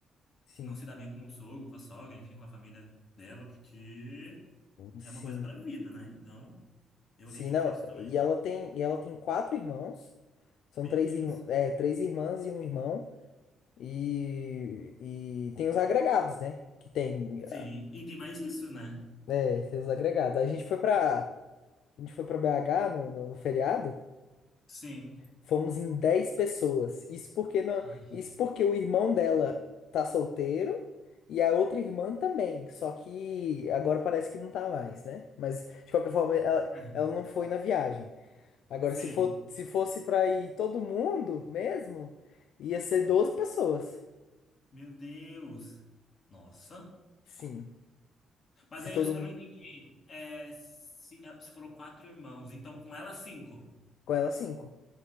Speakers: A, on the left; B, on the left.
A: Sim,
B: não se dar bem com o sogro, com a sogra, enfim, com a família dela, porque
A: sim,
B: É uma coisa para a vida, né? Então, eu
A: sim,
B: acredito
A: não,
B: nisso também.
A: e ela tem, e ela tem quatro irmãos, são
B: Meu
A: três,
B: Deus.
A: irm- é, três irmãs e um irmão, e, e tem os agregados, né, que tem,
B: Sim, e tem mais isso, né?
A: é, tem os agregados, a gente foi pra, a gente foi pra BH no, no feriado,
B: Sim.
A: fomos em 10 pessoas, isso porque, não,
B: Ai.
A: isso porque o irmão dela tá solteiro, e a outra irmã também, só que agora parece que não tá mais, né, mas de qualquer forma, ela,
B: <laughs>
A: ela não foi na viagem. Agora,
B: Sim.
A: se for, se fosse pra ir todo mundo mesmo, ia ser 12 pessoas.
B: Meu Deus. Nossa.
A: Sim.
B: Mas
A: Se
B: aí
A: todo
B: eu, eu
A: mundo.
B: não entendi. É, se, é, se foram quatro irmãos, então com ela cinco.
A: Com ela, cinco